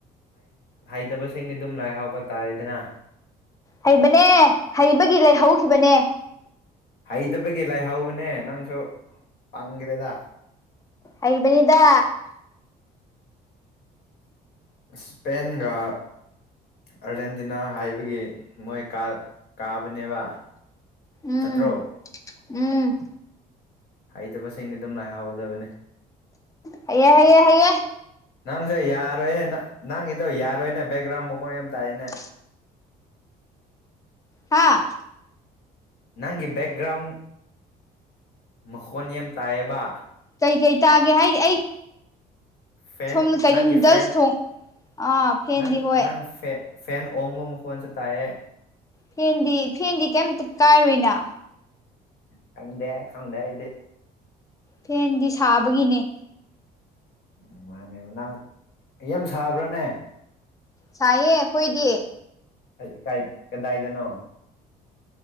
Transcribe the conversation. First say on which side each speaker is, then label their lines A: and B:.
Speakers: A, on the left; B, on the left.
A: ꯍꯥꯏꯇꯕꯁꯤꯡꯗꯤ ꯑꯗꯨꯝ ꯂꯥꯏ ꯍꯥꯎꯕ ꯇꯥꯔꯦꯗꯅ
B: ꯍꯩꯕꯅꯦ ꯍꯩꯕꯒꯤ ꯂꯩꯍꯧꯈꯤꯕꯅꯦ
A: ꯍꯩꯇꯕꯒꯤ ꯂꯥꯏꯍꯧꯕꯅꯦ ꯅꯪꯁꯨ ꯄꯪꯈ꯭ꯔꯦꯗ
B: ꯑꯩꯕꯅꯤꯗ
A: ꯁꯄꯦꯟꯦꯟꯒ ꯑꯥꯔꯖꯦꯟꯇꯤꯅꯥ ꯍꯥꯏꯕꯒꯤ ꯃꯣꯏ ꯀꯥꯕꯅꯦꯕ
B: ꯎꯝ
A: ꯅꯠꯇ꯭ꯔꯣ
B: ꯎꯝ
A: ꯍꯩꯇꯕꯁꯤꯡꯗꯤ ꯑꯗꯨꯝ ꯂꯥꯏꯍꯥꯎꯒꯗꯕꯅꯦ
B: ꯍꯌꯦ ꯍꯥꯏꯌꯦ ꯍꯥꯏꯌꯦꯦ
A: ꯅꯪꯁꯦ ꯌꯥꯔꯣꯏꯍꯦ ꯅꯪꯒꯤꯗꯣ ꯌꯥꯔꯣꯏꯅꯦ ꯕꯦꯛꯒ꯭ꯔꯥꯎꯟ ꯃꯈꯀꯣꯟ ꯌꯥꯝ ꯇꯥꯛꯏꯅꯦ
B: ꯎ ꯍꯥꯥ
A: ꯅꯪꯒꯤ ꯕꯦꯛꯒ꯭ꯔꯥꯎꯟ ꯃꯈꯣꯟ ꯌꯥꯝ ꯇꯥꯏꯌꯦꯕ
B: ꯀꯩ ꯀꯩ ꯇꯥꯒꯦ ꯍꯥꯏꯗꯤ ꯑꯩ
A: ꯐꯦꯟ
B: ꯁꯣꯝꯗ ꯀꯩꯅꯣ
A: ꯅꯪꯒꯤ
B: ꯅꯨꯗꯜꯁ
A: ꯐꯦꯟ
B: ꯊꯣꯡ ꯑꯥ ꯐꯦꯟꯗꯤ
A: ꯅꯪ
B: ꯍꯣꯏ
A: ꯅꯪ ꯐꯦꯟ ꯑꯣꯡꯕ ꯃꯨꯈꯟꯁꯨ ꯇꯥꯏꯌꯦ
B: ꯐꯦꯟꯗꯤ ꯐꯦꯟꯗꯤ ꯀꯩꯝꯇ ꯀꯥꯏꯔꯣꯏꯅ
A: ꯈꯪꯗꯦ ꯈꯪꯗꯦ ꯏꯗꯦ
B: ꯐꯦꯟꯗꯤ ꯁꯥꯕꯒꯤꯅꯦ
A: ꯎ ꯃꯥꯅꯦ ꯅꯪ ꯌꯥꯝ ꯁꯥꯕ꯭ꯔꯥꯅꯦ
B: ꯁꯥꯏꯌꯦꯦ ꯑꯩꯈꯣꯏꯗꯤꯌꯦ
A: ꯀ ꯀꯔꯤ ꯀꯗꯥꯏꯗꯅꯣ